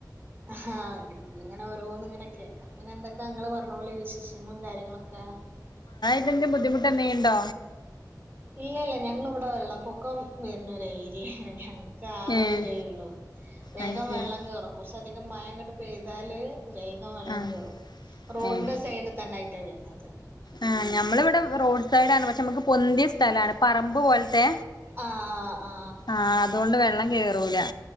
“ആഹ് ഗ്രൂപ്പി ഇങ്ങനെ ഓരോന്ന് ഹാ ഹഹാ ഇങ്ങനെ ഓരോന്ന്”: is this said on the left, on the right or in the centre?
Right